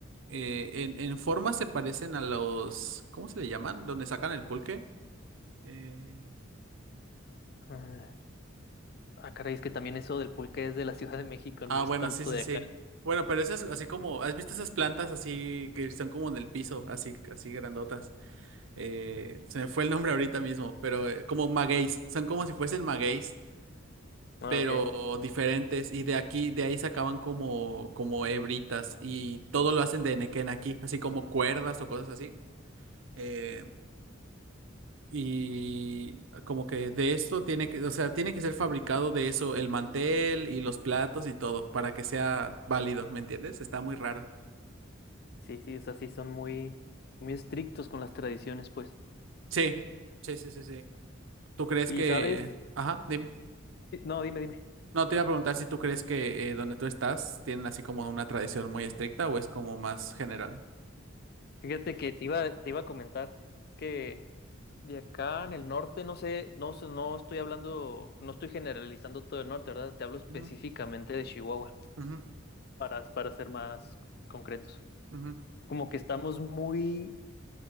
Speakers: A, on the right; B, on the left.
A: eh, en, en forma se parecen a los... ¿Cómo se le llaman? Donde sacan el pulque. Eh,
B: Ah, ah, caray, es que también eso del pulque es de la Ciudad de México,
A: Ah,
B: no es
A: bueno,
B: tanto
A: sí, sí,
B: de
A: sí.
B: acá.
A: Bueno, pero esas así como, ¿has visto esas plantas así que están como en el piso, así, así grandotas? Eh, se me fue el nombre ahorita mismo, pero eh, como magueyes, son como si fuesen magueyes.
B: Ah,
A: pero
B: ok.
A: diferentes. Y de aquí, de ahí sacaban como, como hebritas. Y todo lo hacen de nequén aquí, así como cuerdas o cosas así. Eh, y como que de esto tiene que, o sea, tiene que ser fabricado de eso, el mantel y los platos y todo, para que sea válido, ¿me entiendes? Está muy raro.
B: Sí, sí, o sea, sí son muy, muy estrictos con las tradiciones, pues.
A: Sí, sí, sí, sí, sí. ¿Tú crees
B: Y
A: que...
B: sabes,
A: Ajá, dime.
B: Sí, no, dime, dime.
A: No, te iba a preguntar si tú crees que eh, donde tú estás tienen así como una tradición muy estricta o es como más general.
B: Fíjate que te iba, te iba a comentar que de acá en el norte, no sé, no, sé- no estoy hablando, no estoy generalizando todo el norte, ¿verdad? Te hablo específicamente
A: Ujú,
B: de Chihuahua,
A: ujú,
B: para, para ser más concretos.
A: ujú.
B: como que estamos muy,